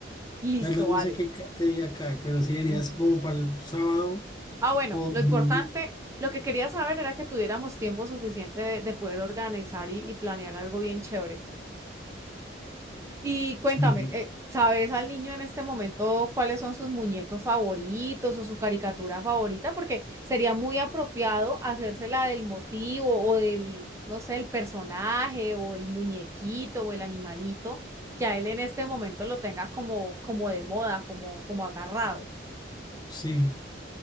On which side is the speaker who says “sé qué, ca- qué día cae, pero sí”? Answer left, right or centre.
Left